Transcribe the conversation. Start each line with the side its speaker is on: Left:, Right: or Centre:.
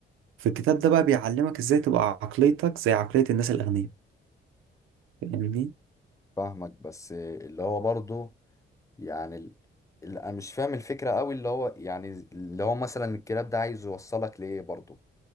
Right: في الكتاب ده بقى بيعلمك ازاي تبقى عقليتك زي عقلية الناس الأغنياء فاهمني
Left: فاهمك بس اللي هو برضه يعني ال- اللي أنا مش فاهم الفكرة أوي اللي هو يعني اللي هو مثلا الكلاب ده عايز يوصلك لإيه برضه